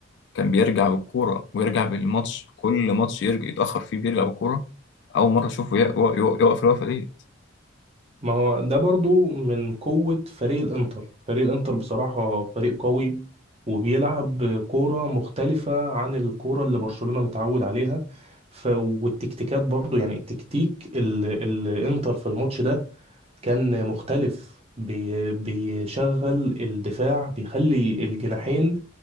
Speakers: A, on the left; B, on the right.
A: كان بيرجع بالكورة ويرجع بالماتش كل ماتش يرجع يتأخر فيه بيرجع بالكورة أول مرة أشوفه يق- يق- يق- يقف الوقفة دي
B: ما هو ده برضه من قوة فريق الانتر فريق الانتر بصراحة فريق قوي وبيلعب كورة مختلفة عن الكورة اللي برشلونة متعود عليها ف... والتكتيكات برضو يعني التكتيك ال... الانتر في الماتش ده كان مختلف بي- بيشغل الدفاع بيخلي الجناحين